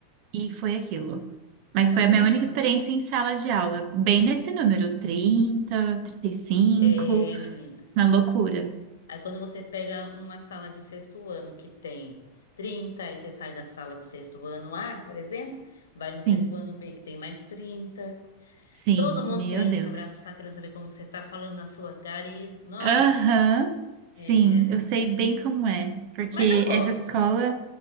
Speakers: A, on the right; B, on the left.
A: e foi aquilo. Mas
B: Caramba.
A: foi a minha única experiência em sala de aula, bem nesse número, trinta, trinta e cinco,
B: É, menina.
A: na loucura.
B: Aí quando você pega uma sala de sexto ano que tem trinta aí você sai da sala do sexto ano A, por exemplo, vai no sexto
A: Sim,
B: ano B que tem mais 30.
A: sim,
B: Todo mundo
A: meu
B: querendo
A: Deus.
B: te abraçar, querendo saber como você tá falando na sua cara e, nossa,
A: Aham,
B: é.
A: sim, eu sei bem como é, porque
B: Mas eu gosto.
A: essa escola,